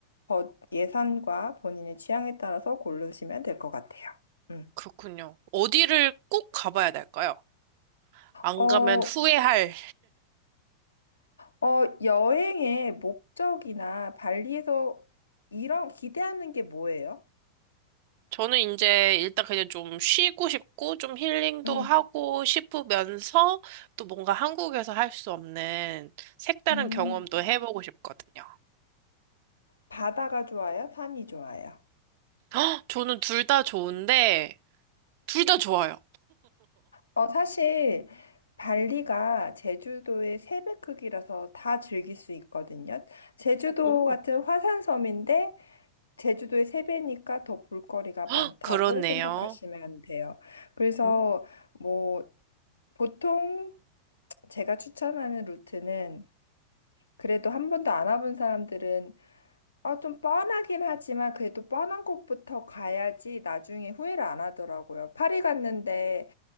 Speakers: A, on the left; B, on the right.
A: 거- 예산과 본인의 취향에 따라서 고르시면 될 것 같아요. 음.
B: 그렇군요. 어디를 꼭 가봐야 될까요? 안
A: 어,
B: 가면 후회할.
A: 어, 여행의 목적이나 발리에서 이런 기대하는 게 뭐예요?
B: 저는 이제 일단 그냥 좀 쉬고 싶고, 좀 힐링도
A: 음,
B: 하고 싶으면서 또 뭔가 한국에서 할 수 없는 색다른
A: 음,
B: 경험도 해보고 싶거든요.
A: 바다가 좋아요? 산이 좋아요?
B: <gasps> 헉, 저는 둘 다 좋은데, 둘 다 좋아요.
A: 어, 사실 발리가 제주도의 세 배 크기라서 다 즐길 수 있거든요. 제주도
B: 음,
A: 같은 화산섬인데 제주도의 세 배니까 더 볼거리가 많다고
B: 헉, 그렇네요.
A: 생각하시면 돼요. 그래서
B: 음.
A: 뭐 보통 제가 추천하는 루트는 그래도 한 번도 안 와본 사람들은 아, 좀 뻔하긴 하지만 그래도 뻔한 곳부터 가야지 나중에 후회를 안 하더라고요. 파리 갔는데,